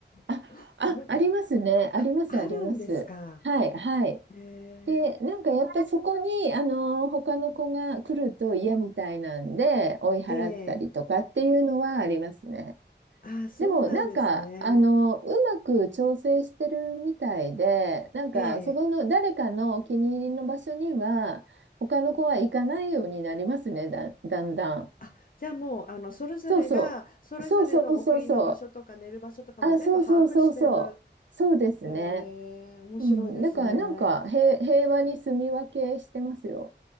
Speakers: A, on the right; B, on the left.
A: あ、
B: <laughs>
A: あ、
B: なんか
A: ありますね。あります、
B: あ、あるんですか。
A: あります。はい、はい。
B: え
A: で、なんかやっぱりそこに、あの、他の子が来ると嫌みたいなんで、追い払ったりとかっていうのはありますね。
B: ー、えー、あーそうなんですね。
A: でも、なんか、あの、うまく調整してるみたいで、なんか、
B: ええ
A: そこの誰かのお気に入りの場所には、他の子は行かないようになりますね、だ、だんだん。
B: あ、じゃあもう、あの、それぞれが、
A: そうそう。
B: それぞれのお気に入りの場所とか寝る場所とかも全部把握してる。
A: そうそうそうそう。あ、そうそうそうそう。そうですね。
B: へえ、面白いですね。
A: うん、だからなんか平、平和に住み分けしてますよ。